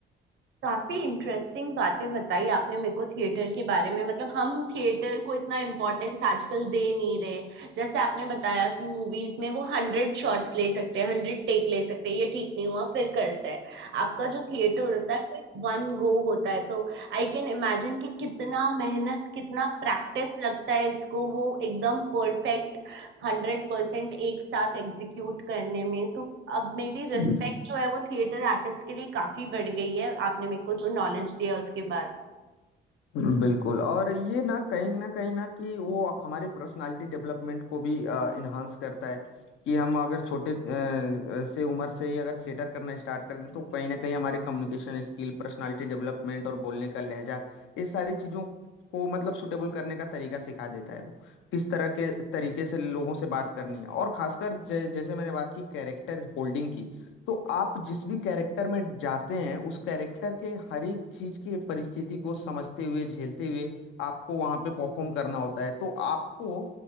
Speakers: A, on the right; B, on the left.
A: काफी इंटरेस्टिंग बातें बताई आपने मेरे को थिएटर के बारे में मतलब हम थिएटर को इतना इम्पोर्टेंस आजकल दे नहीं रहे जैसे आपने बताया कि मूवीज में वो हंड्रेड शॉट्स ले सकते हैं हंड्रेड टेक ले सकते हैं ये ठीक नहीं हुआ फिर करते हैं आपका जो थिएटर होता है वो वन गो होता है तो आई कैन इमेजिन कि कितना मेहनत कितना प्रैक्टिस लगता है इसको वो एकदम परफेक्ट हंड्रेड परसेंट एक साथ एग्जीक्यूट करने में तो अब मेरी रिस्पेक्ट
B: हाँ
A: जो है वो थिएटर आर्टिस्ट के लिए काफी बढ़ गई है आपने मेरे को जो नॉलेज दिया उसके बाद
B: बिल्कुल और ये ना कहीं ना कहीं ना कि वो हमारे पर्सनालिटी डेवलपमेंट को भी इन्हांस करता है कि हम अगर छोटे अ, से उम्र से ही अगर थिएटर करना स्टार्ट कर दें तो कहीं ना कहीं हमारे कम्युनिकेशन स्किल पर्सनालिटी डेवलपमेंट और बोलने का लहजा ये सारी चीज़ों को मतलब सुटेबल करने का तरीका सिखा देता है वो किस तरह के तरीके से लोगों से बात करनी है और खासकर जै, जैसे मैंने बात की कैरेक्टर होल्डिंग की तो आप जिस भी कैरेक्टर में जाते हैं उस कैरेक्टर के हर एक चीज की परिस्थिति को समझते हुए झेलते हुए आपको वहां पे परफॉर्म करना होता है तो आपको